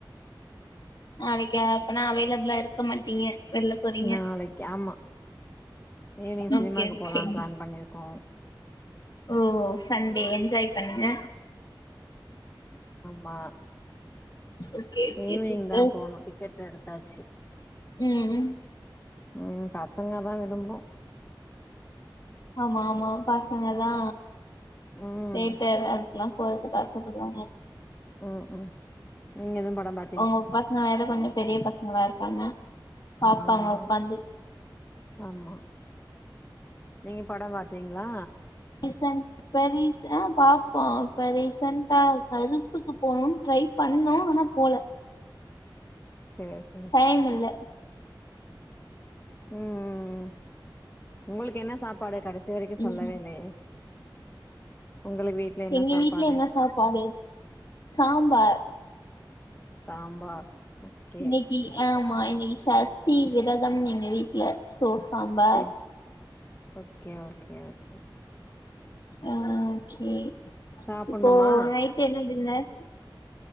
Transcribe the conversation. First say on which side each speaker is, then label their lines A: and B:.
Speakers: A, on the left (about 55°); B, on the left (about 20°).
A: நாளைக்கு அப்பனா அவைல்லபுளா இருக்க மாட்டீங்க வெள்ல போறீங்க
B: நாளைக்கு ஆமா ஈவினிங் சினிமாக்கு
A: ஓகே ஓகே
B: போலான்னு பிளான் பண்ணிருக்கோ
A: ஓ சண்டே என்ஜாய் பண்ணுங்க
B: மா
A: ஓகே ஓகே
B: ஈவ்னிங்
A: சிஸ்டர்
B: தா போணும் டிக்கெட் எடுத்தாச்சு
A: ம் ம் ம்
B: ம் பசங்க தா விரும்போ
A: ஆமா ஆமா பசங்க தா
B: ம்
A: ரேட்டு அது அதுக்லாம் போறதுக்கு ஆசப்படுவாங்க
B: ம் ம் நீங்க எதுவும் படம் பார்
A: உங்க பசங்க வேற கொஞ்சம் பெரிய பசங்களா இருக்காங்க பாப்பாங்க
B: ஆமா
A: உக்காந்து
B: ஆமா நீங்க படம் பாத்தீங்ளா
A: என் சன் ப்ப ரிசன் ஆ பாப்போம் இப்ப ரிசன்ட்டா கருப்புக்கு போனும் ட்ரை பண்ணோம் ஆனா போல
B: சேஸ்
A: டைம் இல்ல
B: ம் ம் ம் உங்களுக்கு என்ன சாப்பாடு கடைசி வரைக்கும் சொல்லவே
A: ம்
B: இல்லயே உங்களுக்கு வீட்ல என்ன
A: எங்க
B: சாப்பாடு
A: வீட்ல என்ன சாப்பாடு சாம்பார்
B: சாம்பார் ஓகே
A: இன்னைக்கி ஆமா இன்னைக்கி சஸ்தி விரதம் எங்க வீட் இல சோ சாம்பார்
B: சே ஓகே ஓகே ஓகே
A: ஆ ஒகே
B: சாப்புட்ணுமா
A: இப்போ நைட்டு என்ன டின்னர்